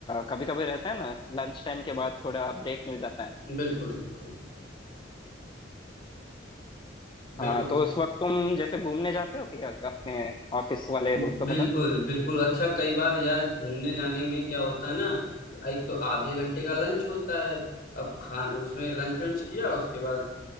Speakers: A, on the left; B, on the left.
A: कभी कभी रहता है ना लंच टाइम के बाद थोड़ा ब्रेक मिल जाता है
B: बिल्कुल बिल्कुल
A: हाँ
B: बिल्कुल
A: तो उस वक्त तुम जैसे घूमने जाते हो क्या अपने ऑफिस वाले
B: बिल्कुल
A: दोस्तों के साथ
B: बिल्कुल अच्छा कई बार यार घूमने जाने में क्या होता है ना एक तो आधे घंटे का लंच होता है अब खान उसमें लंच वंच किया उसके बाद